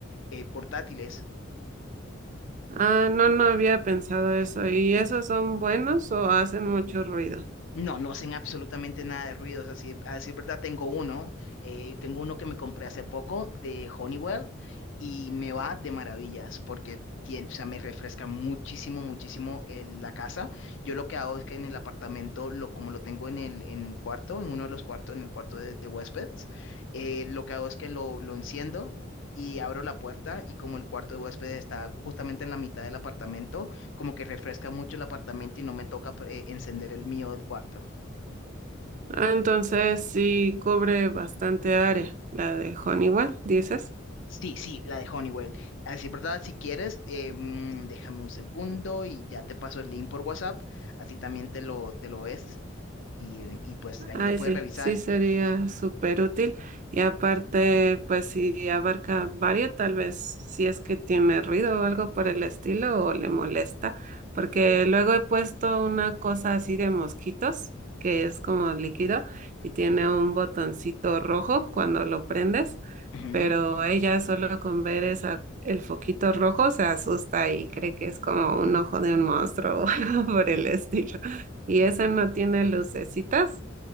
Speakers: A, on the left (about 65°); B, on the right (about 40°).
A: eh, portátiles.
B: Ah, no, no había pensado eso. ¿Y esos son buenos o hacen mucho ruido?
A: No, no hacen absolutamente nada de ruidos. Así, a decir verdad, tengo uno. eh, tengo uno que me compré hace poco de Honeywell y me va de maravillas porque tiene, o sea, me refresca muchísimo, muchísimo el- la casa. Yo lo que hago es que en el apartamento, lo, como lo tengo en el, en el cuarto, en uno de los cuartos, en el cuarto de, de huéspedes, eh, lo que hago es que lo, lo enciendo. Y abro la puerta y como el cuarto de huéspedes está justamente en la mitad del apartamento, como que refresca mucho el apartamento y no me toca eh, encender el mío del cuarto.
B: Ah, entonces sí cubre bastante área, la de Honeywell, dices.
A: Sí, sí, la de Honeywell. Así, ¿verdad? Si quieres, eh, mm, déjame un segundo y ya te paso el link por WhatsApp. Así también te lo, te lo ves y, eh, y pues ahí
B: Ay,
A: lo puedes
B: sí,
A: revisar.
B: sí sería súper útil. Y aparte, pues si abarca varios, tal vez si es que tiene ruido o algo por el estilo o le molesta, porque luego he puesto una cosa así de mosquitos, que es como líquido y tiene un botoncito rojo cuando lo prendes,
A: Ujú.
B: pero ella solo con ver esa, el foquito rojo se asusta y cree que es como un ojo de un monstruo <laughs> o algo por el estilo. Y ese no tiene lucecitas